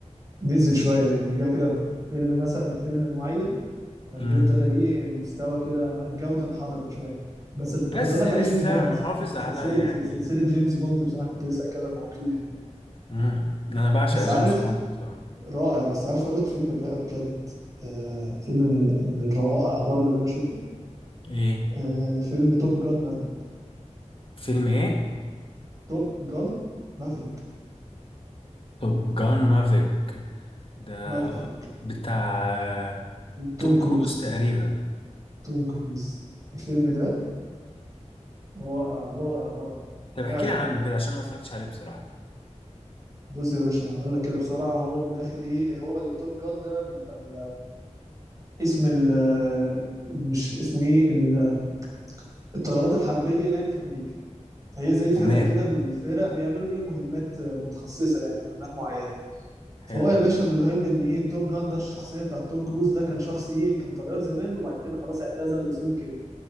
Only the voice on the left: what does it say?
مم.
بس
لسه
محافظ
على يعني
مم. أنا بعشق
جيمس
بوند بصراحة
ايه
فيلم ايه؟
طب جان مافيك ده
بتاع
توم
كروز تقريبا
طب
احكي لي عنه كده عشان أنا ما اتفرجتش عليه بصراحة
تمام
حلو